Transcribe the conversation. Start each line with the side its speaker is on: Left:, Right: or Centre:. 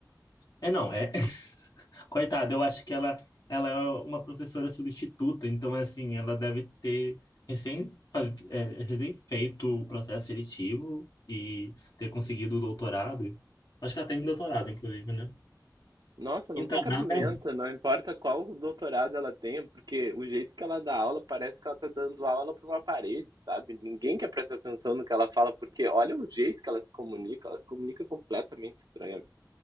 Left: É, não, é. <laughs> Coitada, eu acho que ela, ela é uma professora substituta, então, assim, ela deve ter recém, faz- é, recém feito o processo seletivo e ter conseguido o doutorado. Acho que ela tem doutorado, inclusive, né?
Right: Nossa, não
Left: Então,
Right: tem cabimento,
Left: ela- é,
Right: não importa qual doutorado ela tenha, porque o jeito que ela dá aula parece que ela tá dando aula para uma parede, sabe? Ninguém quer prestar atenção no que ela fala, porque olha o jeito que ela se comunica, ela se comunica completamente estranha.